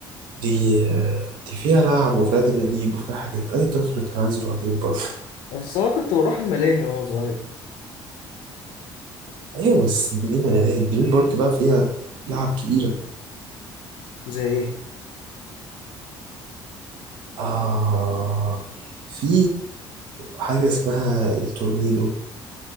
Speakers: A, on the right; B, on the left.
A: دي آه، دي فيها لعب وفيها دباديب وفيها حاجات أي طفل كان عايز يروح دريم بارك
B: بس انا كنت بروح الملاهي وانا صغير
A: أيوة بس دي ملاهي دريم بارك بقى فيها لعب كبيرة
B: زي ايه؟
A: آه في حاجة اسمها التورنيدو